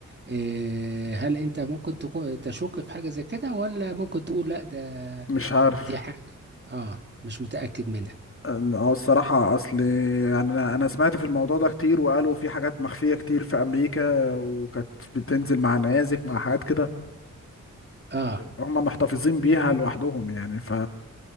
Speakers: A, on the right (about 35°); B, on the left (about 40°).
A: اه هل انت ممكن تكون تشك في حاجة زي كده ولا ممكن تقول لا ده
B: مش عارف
A: دي حاجة اه مش متأكد منها
B: أم- اه الصراحة أصل يعني أنا أنا سمعت في الموضوع ده كتير وقالوا في حاجات مخفية كتير في أمريكا وكانت بتنزل مع نيازك مع حاجات كده
A: اه
B: هم محتفظين بيها لوحدهم يعني ف